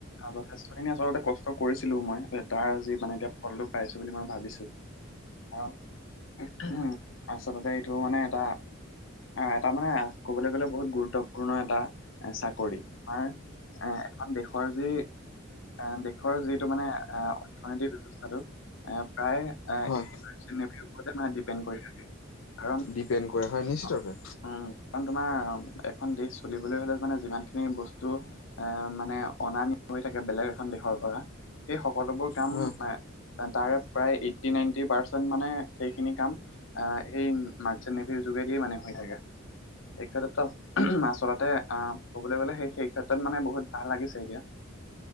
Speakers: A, on the left (about 70°); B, on the left (about 80°).
A: যথেষ্টখিনি আচলতে কষ্ট কৰিছিলো মই, তাৰ যি মানে এতিয়া ফলটো পাইছো বুলি মই ভাবিছো। কাৰন আচলতে এইটো মানে এটা অ এটা মানে ক'বলৈ গ'লে বহুত গুৰুত্ব পূৰ্ণ এটা চাকৰি, আমাৰ এ এখন দেশৰ যি এ দেশৰ যিটো মানে অ অৰ্থনৈতিক ব্যৱস্থাটো প্ৰায় এই
B: হয়
A: মাৰ্চেণ্ট নেভিৰ ওপৰতে মানে ডিপেণ্ড কৰি থাকে। কাৰণ
B: ডিপেণ্ড কৰে হয় নিশ্চিতৰূপে
A: অ উম কাৰণ তোমাৰ এখন দেশ চলিবলৈ হ'লে মানে যিমানখিনি বস্তু এ মানে অনা নিয়া হৈ থাকে বেলেগ এখন দেশৰ পৰা সেই সকলোবোৰ কাম
B: হয়
A: এ তাৰে প্ৰায় এইটটি নাইনটি পাৰ্চেন্ট মানে সেইখিনি কাম এ সেই মাৰ্চেণ্ট নেভিৰ যোগেদিয়ে মানে হৈ থাকে, সেই ক্ষেত্ৰতো <unintelligible> আচলতে অ ক'বলৈ গ'লে সেই সেই ক্ষেত্ৰত মানে বহুত ভাল লাগিছে এতিয়া।